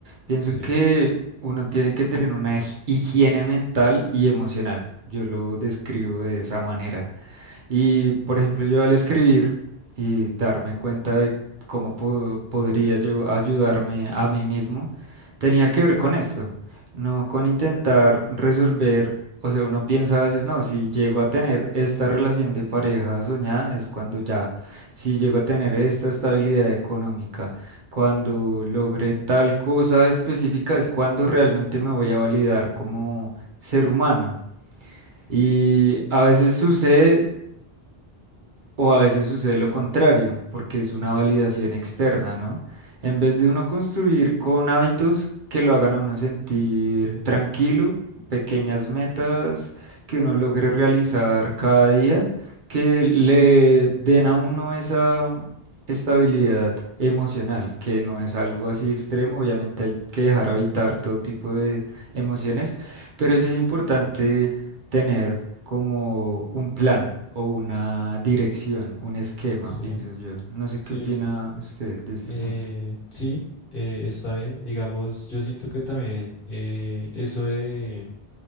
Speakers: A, on the right; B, on the left.
A: Pienso
B: sí,
A: que uno tiene que tener una hij- higiene mental y emocional. Yo lo describo de esa manera. Y, por ejemplo, yo al escribir y darme cuenta de cómo po- podría yo ayudarme a mí mismo, tenía que ver con esto, no con intentar resolver, o sea, uno piensa a veces, no, si llego a tener esta relación de pareja soñada es cuando ya, si llego a tener esta estabilidad económica, cuando logre tal cosa específica es cuando realmente me voy a validar como ser humano. Y a veces sucede o a veces sucede lo contrario, porque es una
B: mm,
A: validación externa, ¿no? En vez de uno construir con hábitos que lo hagan a uno sentir tranquilo, pequeñas metas que uno logre realizar cada día, que le den a uno esa estabilidad emocional, que no es algo así extremo, obviamente hay que dejar habitar todo tipo de emociones, pero sí es importante tener como un plan o una dirección, un esquema,
B: sí,
A: pienso yo. No sé
B: sí.
A: qué opina usted de este
B: Eh,
A: punto.
B: sí, eh, está bien. Digamos, yo siento que también eh, eso de